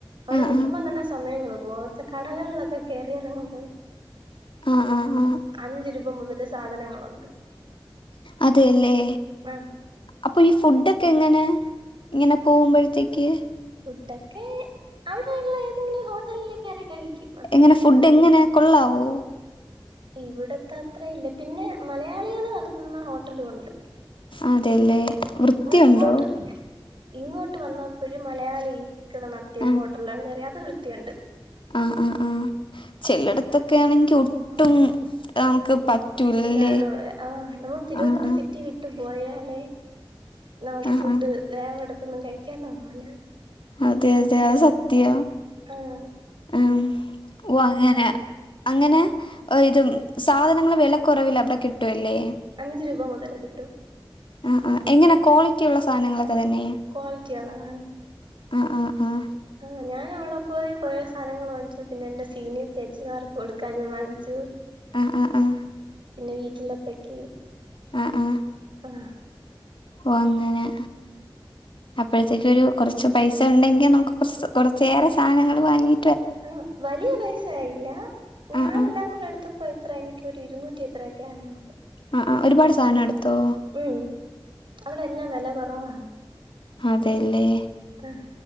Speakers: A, on the right; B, on the left.
A: അവടെ
B: ആഹ്
A: നിക്കുമ്പോ
B: ആഹ്
A: തന്നെ സമയങ്ങൾ പോവും. അവിടുത്തെ കടകളിലൊക്കെ കയറി ഇറങ്ങുമ്പോഴേ.
B: ആഹ് ആഹ് ആഹ്
A: അഞ്ചു രൂപ മുതല് സാധനങ്ങളുണ്ട്.
B: അതെ ല്ലേ.
A: ആഹ്
B: അപ്പൊ ഈ ഫുഡ്ഡ ഫുഡ്ഡക്കെ എങ്ങനെ? ഇങ്ങനെ പോകുമ്പോഴത്തേക്ക്.
A: ഫുഡൊക്കെ അവിടെള്ള ഏതെങ്കിലും ഹോട്ടലിൽ കയറി കഴിക്കും. അത്രന്നെ
B: എങ്ങനെ ഫുഡ് എങ്ങനെ കൊള്ളാവോ?
A: ഇവിടത്തെ അത്രയില്ല. പിന്നെ മലയാളികള് നടത്തുന്ന ഹോട്ടലുണ്ട്.
B: അതെല്ലേ. വൃത്തിയുണ്ടോ?
A: ഇങ്ങോട്ട് ഇങ്ങോട്ട് വന്നപ്പോഴും മലയാളികൾ നടത്തിയ
B: ആഹ്
A: ഒരു ഹോട്ടലിലാണ് കയറിയ. അത് വൃത്തിയുണ്ട്.
B: ആഹ് ആഹ് ആഹ് ചെലടത്തൊക്കെ ആണെങ്കി ഒട്ടും നമുക്ക് പറ്റൂലല്ലേ
A: വൃത്തി കാണുവ ആഹ് നമ്മൾ തിരുവനന്തപുരം
B: ആഹ് ആഹ്
A: സിറ്റി വിട്ട് പോയാലേ. നമുക്ക്
B: ആഹ്
A: ഫുഡ്
B: ആഹ്
A: വേറെടത്തൊന്നും കഴിക്കാ തോന്നൂല.
B: അതെ അതെ അഹ് സത്യ.
A: ആഹ്
B: ഉം ഓ അങ്ങനേ അങ്ങനേ ഇത് സാധനങ്ങള് വെലക്കുറവിൽ അവ്ടെ കിട്ടുവല്ലേ
A: അഞ്ച് രൂപാ മുതല് കിട്ടും
B: ആ ആ എങ്ങനെ ക്വാളിറ്റി ഉള്ള സാനങ്ങളൊക്കെ തന്നെയേ
A: കോൾറ്റിയുള്ളതാണ്
B: ആഹ് ആഹ് ആഹ്
A: ആ ഞാൻ അവ്ടെ പോയി കൊറേ സാനങ്ങൾ വാങ്ങിച്ചു പിന്നെ എന്റെ സീനിയർ ചേച്ചിമാർക്ക് കൊടുക്കാനും വാങ്ങിച്ചു
B: ആഹ് ആഹ് ആഹ്
A: പിന്നെ വീട്ട്ലത്തേയ്ക്ക്
B: ആഹ് ആഹ്
A: ആഹ്
B: ഓ അങ്ങനേ അപ്പഴത്തേക്കൊരു കൊറച്ച് പൈസ ഉണ്ടെങ്കിൽ നമുക്ക് കൊർച്ച് കൊറച്ചേറെ സാനങ്ങൾ വാങ്ങി
A: <unintelligible> വലിയ പൈസയായില്ല ഞാൻ
B: ആ ആ
A: എല്ലാം കൂടെ എടുത്തപ് അപ്പൊ എത്രേ എനിയ്ക്ക് ഒരു ഇരുന്നൂറ്റി എത്രയൊക്കെ ആയൊള്ളൂ
B: ആ ആ ഒരുപാട് സാനം എടുത്തോ
A: ഉം അവ്ടെ എല്ലാം വെല കൊറവാണ്
B: അതേല്ലേ
A: ആഹ്